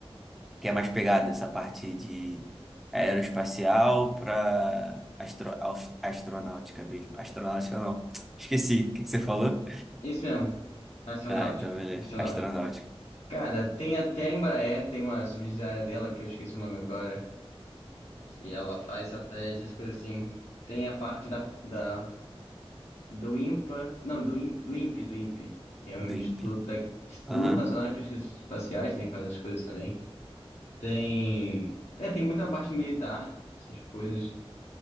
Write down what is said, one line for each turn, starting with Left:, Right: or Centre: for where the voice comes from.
Centre: que é mais pegada nessa parte de aeroespacial pra astro, aus- astronáutica mesmo? Astronáutica não. Esqueci. O que que você falou?
Left: É Isso mesmo, astronáutica,
Centre: Ah, então beleza.
Left: astronáutica.
Centre: Astronáutica.
Left: Cara, tem até a Embraer, tem uma subsidiária dela, que eu esqueci o nome agora, que ela faz satélites, essas coisas assim. Tem a parte da, da, do INPA, não, do, IN- do INPE, do INPE, que é um
Centre: Do
Left: Instituto,
Centre: INPE.
Left: da- Instituto
Centre: Aham.
Left: Nacional de Pesquisas Espaciais, né, que faz essas coisas também. Tem, é, tem muita parte militar, essas coisas.